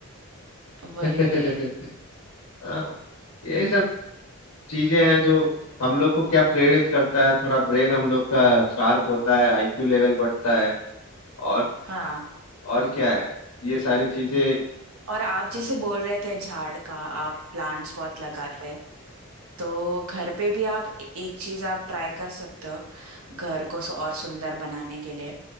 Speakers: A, on the right; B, on the left.
A: वही
B: <laughs>
A: वही
B: हाँ, यही सब चीजें हैं जो हम लोग को क्या प्रेरित करता है थोड़ा ब्रेन हम लोग का शार्प होता है आईक्यू लेवल बढ़ता है और
A: हाँ
B: और क्या है ये सारी चीजें
A: और आप
B: हम
A: जैसे बोल रहे थे झाड़ का आप प्लांट्स बहुत लगाते हैं तो घर पे भी आप एक चीज आप ट्राई कर सकते हो घर को सु- और सुंदर बनाने के लिए